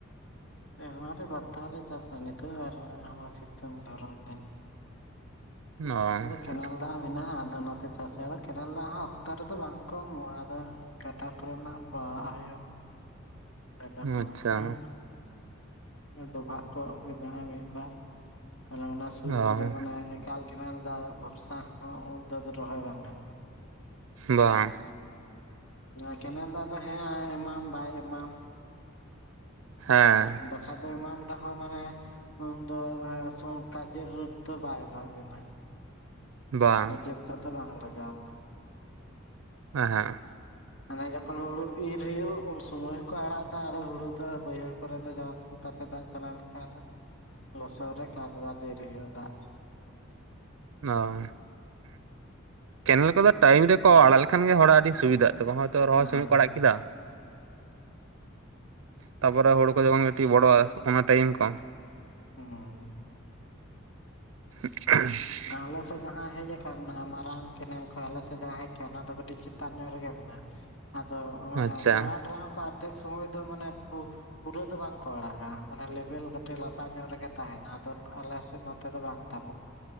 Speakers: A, on the left; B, on the right.
A: ᱥᱮᱨᱢᱟᱨ ᱨᱮ ᱵᱟᱨᱫᱷᱟᱣ ᱞᱮ ᱪᱟᱥᱟ ᱱᱤᱛᱚᱜ ᱟᱨ ᱱᱚᱣᱟ ᱥᱤᱛᱩᱝ ᱫᱷᱚᱨᱚᱱ ᱫᱤᱱ ᱩᱸᱦᱩᱸ
B: ᱚ
A: ᱠᱮᱱᱮᱞ ᱫᱟᱜ ᱢᱮᱱᱟᱜᱼᱟ ᱟᱫᱚ ᱱᱚᱛᱮ ᱪᱟᱹᱥᱮ ᱨᱮ ᱠᱮᱱᱮᱞ ᱫᱟᱜ ᱦᱚᱸ ᱚᱠᱛᱚ ᱨᱮᱫᱚ ᱵᱟᱝ ᱠᱚ ᱮᱢᱚᱜᱼᱟ ᱟᱫᱚ ᱜᱟᱰᱟ ᱠᱚᱨᱮᱱᱟᱜ ᱯᱟᱣᱟᱜ ᱦᱩᱭᱩᱜ ᱜᱟᱰᱟ ᱠᱚ
B: ᱟᱪᱪᱷᱟ
A: ᱢᱮᱱᱟᱜᱼᱟ᱾ ᱦᱩᱸ ᱰᱚᱵᱷᱟᱜ ᱠᱚ ᱢᱮᱱᱟᱜᱼᱟ ᱢᱤᱫ ᱵᱟᱨ ᱛᱟᱞᱦᱮ ᱚᱱᱟᱼᱼ ᱥᱩᱨ
B: ᱚ
A: ᱠᱚᱨᱮ ᱢᱟᱱᱮ ᱮᱠᱟᱞ ᱠᱮᱱᱮᱞ ᱵᱷᱚᱨᱥᱟ ᱦᱚᱸ ᱩᱱ ᱫᱚ ᱟᱫᱚ ᱨᱚᱦᱚᱭ ᱵᱟᱝ ᱜᱟᱱᱚᱜ - ᱟ
B: ᱵᱟᱝ
A: ᱱᱚᱣᱟ ᱠᱮᱱᱮᱞ ᱫᱟᱜ ᱫᱚ ᱦᱮᱸ ᱦᱟᱸ ᱮᱢᱟᱢ ᱵᱟᱭ ᱮᱢᱟᱢ
B: ᱦᱮᱸ
A: ᱦᱩᱸᱰᱚᱠ <unintelligible> ᱥᱟᱫᱚ ᱮᱢᱟᱢ ᱨᱮᱦᱚᱸ ᱢᱟᱱᱮ ᱩᱱᱤᱫᱚ ᱫᱚᱠ ᱠᱟᱪᱮ ᱨᱩᱯ ᱫᱚ ᱵᱟᱭ ᱮᱢᱟᱵᱮᱱᱟ
B: ᱵᱟᱝ
A: ᱠᱟᱡᱮᱨ ᱛᱟᱫᱚ ᱵᱟᱝ ᱜᱟᱱ ᱞᱟᱜᱟᱣ ᱱᱟ
B: ᱦᱟᱸ ᱦᱟᱸ
A: ᱦᱟᱱᱮ ᱡᱚᱠᱷᱚᱱ ᱦᱩᱲᱩᱩᱢ ᱤᱨ ᱦᱩᱭᱭᱩᱜ ᱩᱱ ᱥᱚᱢᱚᱭ ᱦᱚᱸᱠᱚ ᱟᱲᱟᱜ ᱫᱟ ᱟᱫᱚ ᱦᱩᱲᱩ ᱫᱚ ᱵᱟᱹᱭᱦᱟᱹᱲ ᱠᱚᱨᱮ ᱫᱚ ᱡᱚᱠ ᱠᱚ ᱠᱟᱛᱮ ᱫᱟᱜ ᱪᱟᱞᱟᱣ ᱞᱮᱱᱠᱷᱟᱱ ᱟᱫᱚ ᱞᱚᱥᱚᱫ ᱨᱮ ᱠᱷᱟᱫᱽ ᱵᱟᱫᱽ ᱤᱨ ᱦᱩᱭᱩᱜᱼᱟ ᱫᱟᱜ
B: ᱚᱸ ᱠᱮᱱᱮᱞ ᱠᱚᱫᱚ ᱴᱟᱭᱤᱢ ᱨᱮᱠᱚ ᱟᱲᱟᱜ ᱞᱮᱠᱷᱟᱱ ᱜᱮ ᱦᱚᱲᱟᱜ ᱟᱹᱰᱤ ᱥᱩᱵᱤᱫᱷᱟᱜ ᱛᱟᱠᱚᱣᱟ ᱛᱚ ᱨᱚᱦᱚᱭ
A: ᱦᱮᱸ
B: ᱥᱚᱢᱚᱭ ᱠᱚ ᱟᱲᱟᱜ
A: ᱦᱮᱸ
B: ᱠᱮᱫᱟ ᱛᱟᱯᱚᱨᱮ ᱦᱩᱲᱩ ᱠᱚ ᱡᱚᱠᱷᱚᱱ ᱜᱤᱴᱤᱜ ᱵᱚᱲᱚᱜᱼᱟ ᱚᱱᱟ ᱴᱟᱭᱤᱢ ᱠᱚ
A: ᱦᱩᱸ
B: <inaudible> <unintelligible>
A: ᱟᱞᱮ ᱥᱮᱫ ᱡᱟᱦᱟᱸ ᱦᱮᱡ ᱟᱠᱟᱱ ᱢᱟᱨᱟᱝ ᱠᱮᱱᱮᱞ ᱠᱷᱚᱡ ᱟᱞᱮ ᱥᱮᱫ ᱡᱟᱦᱟᱸ ᱦᱮᱡ ᱟᱠᱟᱱᱟ ᱚᱱᱟ ᱫᱚ ᱠᱟᱹᱴᱤᱡ ᱪᱮᱛᱟᱱ ᱧᱚᱜ ᱨᱮᱜᱮ ᱢᱮᱱᱟᱜᱼᱟ ᱟᱫᱚ ᱢᱟᱱᱮ
B: ᱟᱪᱪᱷᱟ
A: ᱟᱲᱟᱠ ᱨᱮᱦᱚᱸ ᱠᱚ ᱟᱫᱷᱮᱠ ᱥᱚᱢᱚᱭ ᱫᱚ ᱢᱟᱱᱮ ᱯᱩᱨᱟᱹ ᱫᱚ ᱵᱟᱝᱠᱚ ᱟᱲᱟᱜᱟ ᱢᱟᱱᱮ ᱞᱮᱵᱮᱞ ᱠᱟᱹᱴᱤᱡ ᱞᱟᱛᱟᱨ ᱧᱚᱜ ᱨᱮᱜᱮ ᱛᱟᱦᱮᱱᱟ ᱟᱫᱚ ᱟᱞᱮ ᱥᱮᱫ ᱱᱚᱛᱮ ᱫᱚ ᱵᱟᱝ ᱛᱟᱵᱚᱜᱼᱟ